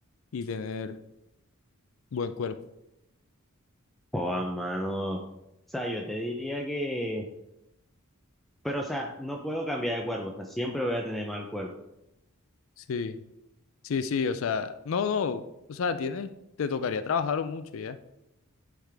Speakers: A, on the left; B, in the centre.
A: y tener buen cuerpo.
B: O a mano. O sea, yo te diría que. Pero, o sea, no puedo cambiar de cuerpo, o sea, siempre voy a tener mal cuerpo.
A: Sí. Sí, sí, o sea, no, no, o sea, tienes, te tocaría trabajar mucho ya.